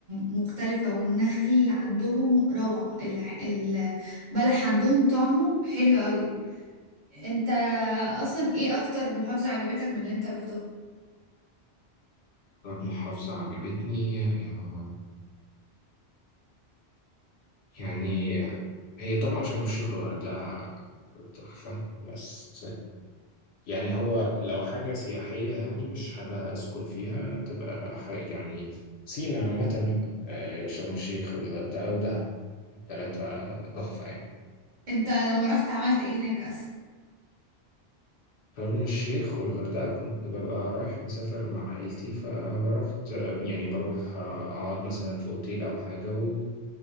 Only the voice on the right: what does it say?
مختلفة والنخل عندهم روعة الع- البلح عندهم طعمه حلو قوي انت اصلا ايه اكتر محافظة عجبتك من اللي انت رحته
انت لما رحت عملت ايه هناك اصلا